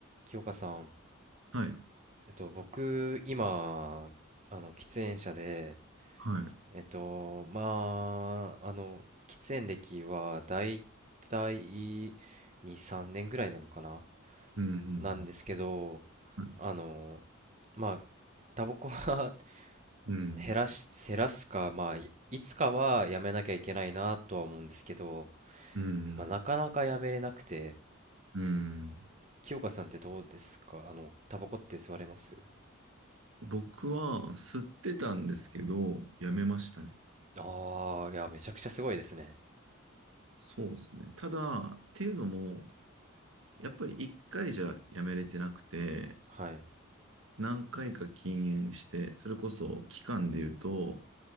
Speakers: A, on the right; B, on the right.
A: 清香さん、
B: はい、
A: えっと、僕、今、あの、喫煙者で、
B: はい。
A: えっと、まあ、あの、喫煙歴はだいたい2、3年ぐらいなのかな
B: うん、
A: なんですけど、
B: うん、
A: あの、まあ、タバコは
B: うん、
A: <laughs> 減らし、減らすか、まあ、いいつかはやめなきゃいけないなとは思うんですけど、
B: うん。
A: まあ、なかなかやめれなくて、
B: うん
A: 清香さんってどうですかあの、タバコって吸われます
B: 僕は吸ってたんですけど、やめましたね。
A: ああー、いや、めちゃくちゃすごいですね。
B: そうですね。ただ、っていうのも、やっぱり一回じゃやめれてなくて、
A: はい。
B: 何回か禁煙して、それこそ期間で言うと、